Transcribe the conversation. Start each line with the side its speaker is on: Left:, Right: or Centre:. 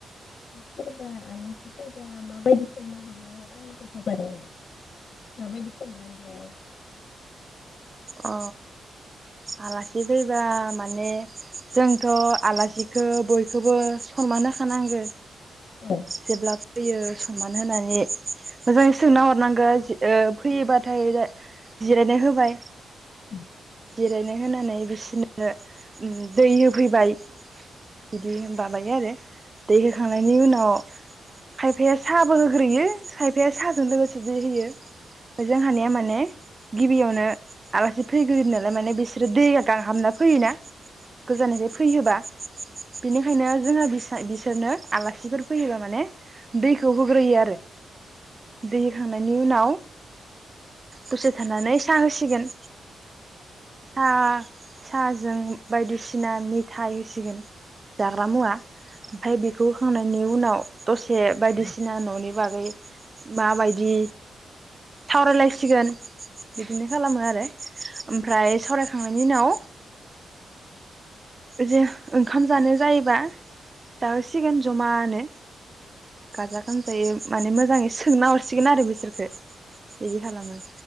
Left: सोरबा आलासि फैबा माबायदि सोंनांगौ आंनो खोन्था दे माबादि सोंनांगौ?
Right: अ आलासि फैबा माने जोंथ' आलासिखो बयखोबो सनमान होखानांगो।
Left: जोंनाबो
Right: जेब्ला होयो सनमान होनानै मोजाङै सोंना हरनांगो ओ फैयोबाथाय जिरायनो होबाय।
Left: उम
Right: जिरायनो होनानै बिसोरनो दै होफैबाय। बिदि माबायो आरो दै होखांनायनि उनाव खायफाया साबो होग्रोयो खायफाया साजों लोगोसे दै होयो। ओमफाय जों हानिया माने गिबियावनो आलासि फैग्रोन नालाय माने बिसोरो दै गांहाबना फैयोना? गोजाननिफ्राय फैयोबा बेनिखायनो जोंहा बि सोरनो आलासिफोर फैयोबा माने दैखौ होग्रोयो आरो। दै होखांनायनि उनाव दसे थानानै सा होसिगोन। सा साहाजों बायदिसिना मिथाइ होसिगोन जाग्रा मुवा। आमफाय बेखौ होखांनायनि उनाव दसे बायदिसिना न'नि बागै माबायदि सावरायलायसिगोन बिदिनो खालामो आरो। ओमफ्राय सावरायखांनायनि उनाव जे ओंखाम जानो जायोबा जाहोसिगोन ज'मा नो। गाजा- गोमजायै माने मोजाङै सोंना हरसिगोन आरो बिसोरखौ बिदि खालामो।